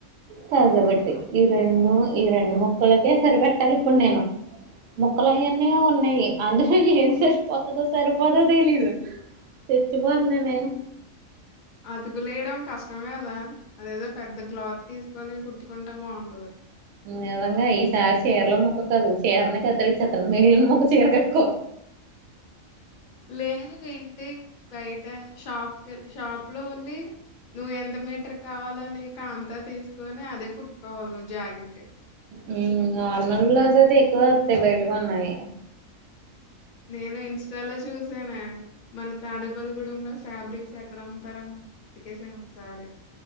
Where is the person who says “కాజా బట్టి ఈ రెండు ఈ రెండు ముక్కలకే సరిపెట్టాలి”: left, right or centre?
Right